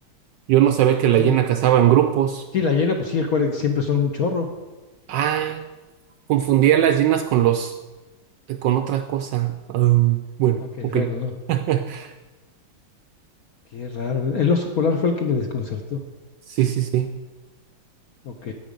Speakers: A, on the right; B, on the left.
A: yo no sabía que
B: Ahí
A: la
B: fue
A: hiena
B: un-
A: cazaba en grupos.
B: Sí, la hiena, pues sí, acuérdense que siempre son un chorro.
A: Ah, confundía las hienas con los eh, con otras cosas. Ah, bueno,
B: Ok,
A: ok.
B: bueno, no.
A: <laughs>
B: Qué raro. El oso polar fue el que me desconcertó.
A: Sí, sí, sí.
B: Ok.